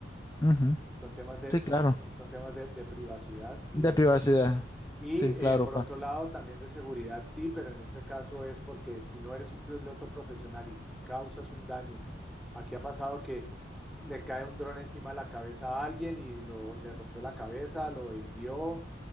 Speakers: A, on the left; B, in the centre.
A: ujú.
B: Son temas de,
A: Sí,
B: son,
A: claro.
B: son temas de, de privacidad y
A: De privacidad.
B: y
A: Sí, claro,
B: eh, por
A: pa.
B: otro lado, también de seguridad, sí, pero en este caso es porque si no eres un piloto profesional y causas un daño, aquí ha pasado que le cae un dron encima de la cabeza a alguien y lo, le rompió la cabeza, lo hirió,